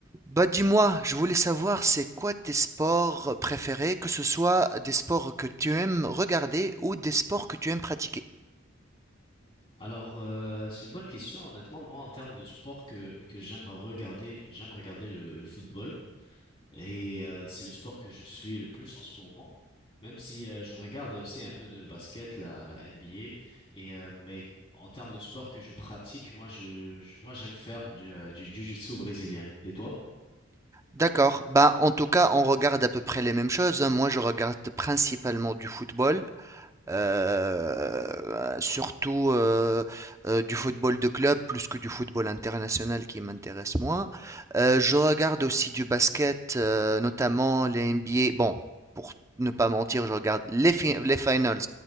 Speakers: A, on the right; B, on the left.
A: Bah dis-moi, je voulais savoir c'est quoi tes sports préférés, que ce soit des sports que tu aimes regarder ou des sports que tu aimes pratiquer.
B: Alors, euh, c'est une bonne question. Honnêtement, moi, en termes de sport que, que j'aime regarder, j'aime regarder le, le football. Et euh, c'est le sport que je suis le plus en ce moment. Même si euh, je regarde aussi un peu de basket, la, la NBA. Et, euh, mais en termes de sport que je pratique, moi, je, je- moi, j'aime faire du, euh, du jiu-jitsu brésilien. Et toi?
A: D'accord, bah en tout cas on regarde à peu près les mêmes choses. hein. Moi je regarde principalement du football, Heu, surtout, heu heu, du football de club plus que du football international qui m'intéresse moins. Heu, je regarde aussi du basket, heu, notamment les NBA. Bon, pour ne pas mentir, je regarde les fi les finals